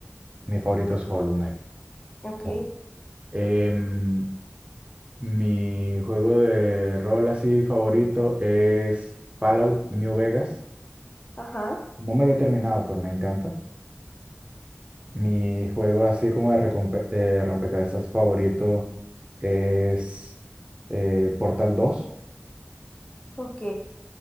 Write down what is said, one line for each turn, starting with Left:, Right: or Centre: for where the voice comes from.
Right: mi favorito es Hollow Knight.
Left: ok,
Right: Oh. Em, mi juego de rol así favorito es Fallout New Vegas.
Left: ajá,
Right: No me lo he terminado, pero me encanta. Mi juego así como de recompe- eh, rompecabezas favorito es eh, Portal dos
Left: ok.